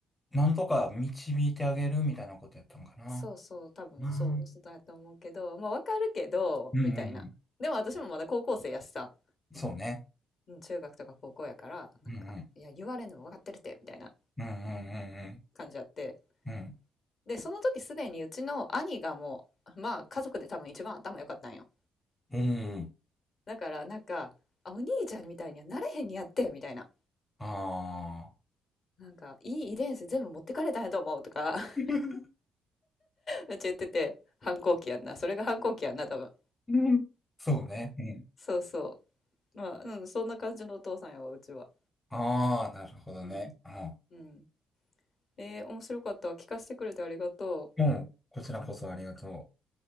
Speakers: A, on the left (about 20°); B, on the left (about 50°).
A: なんとか導いてあげるみたいなことやったのかな。
B: そうそう、多分そうそうだと思うけど、
A: あー
B: まあわかるけど、
A: うん、
B: みたいな。
A: うん、うん
B: でも私もまだ高校生やしさ、
A: そうね。
B: うん中学とか高校やから、なんか、
A: うん、うん、
B: いや、言われんでも分かってるって、みたいな。
A: うん、うん、
B: 感じあって
A: うん、うん、
B: で、その時すでにうちの兄がもう、まあ家族で多分一番頭良かったんよ。
A: うん。うん
B: だからなんか、あ、お兄ちゃんみたいにはなれへんにやってみたいな。
A: ああ
B: なんか、いい遺伝子全部持ってかれたんやと思うとか、
A: ー、
B: <laughs> めっちゃ言ってて、反抗期やんな。それが反抗期やんな、多分。
A: <laughs> うんそうね。うん。
B: そうそう。まあ、うん、そんな感じのお父さんやわ、うちは。
A: ああ、なるほどね。
B: うん。
A: うん
B: うん。えー面白かったわ。聞かせてくれてありがとう。
A: うん。こちらこそありがとう。